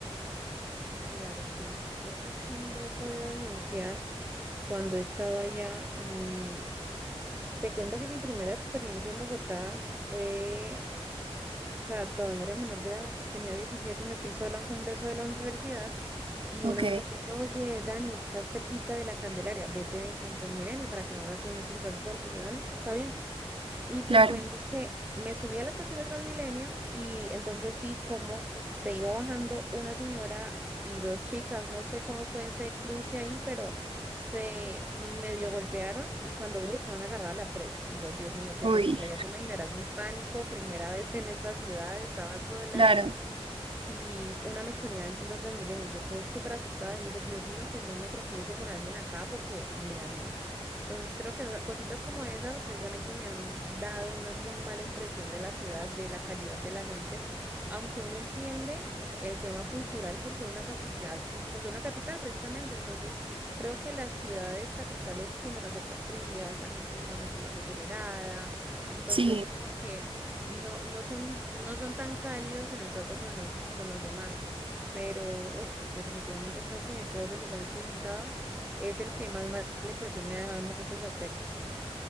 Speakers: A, on the right; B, on the right.
A: claro, sí. Eso sí lo he podido evidenciar cuando he estado allá y... Te cuento que mi primera experiencia en Bogotá fue, o sea, todavía era menor de edad, tenía 17 y me fui sola a un congreso de la universidad y
B: Ok,
A: una amiga me dice, oye, Dani, estás cerquita de la Candelaria, vete en Transmilenio para que no gastes mucho en transporte. Y yo, ah, listo, está bien. Y te
B: claro.
A: cuento que me subí a la estación de Transmilenio y entonces vi cómo se iba bajando una señora y dos chicas. No sé cómo fue ese cruce ahí, pero se medio golpearon y cuando vi estaban agarradas las tres. Y yo, Dios mío, ¿qué
B: Uy,
A: es esto? O sea, ya te imaginarás mi pánico, primera <laughs> vez en esta ciudad, estaba sola
B: claro,
A: y vi una mechonera en pleno Transmilenio. Yo quedé súper asustada y dije, Dios mío, que no me tropiece con alguien acá porque me da miedo. Entonces creo que esa- cositas como esas precisamente me han dado una muy mala impresión de la ciudad, de la calidad de la gente, aunque uno entiende el tema cultural por ser una capital, pues por ser una capital precisamente. Entonces creo que las ciudades capitales tienden a ser más frías, la gente está mucho más acelerada. Entonces
B: sí.
A: como que no, no son, no son tan cálidos en el trato con los, con los demás, pero uf, definitivamente creo que de todos los lugares que he visitado es el que más mala impresión me ha dejado en muchos aspectos.